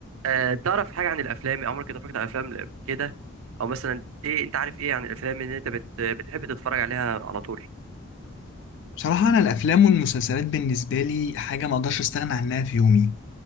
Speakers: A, on the right (about 70°); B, on the left (about 55°).
A: أه تعرف حاجة عن الأفلام عمرك اتفرجت على أفلام قبل كده أو مثلا إيه أنت عارف إيه عن الأفلام إن أنت بت... بتحب تتفرج عليها على طول
B: بصراحة أنا الأفلام والمسلسلات بالنسبة لي حاجة ما أقدرش أستغنى عنها في يومي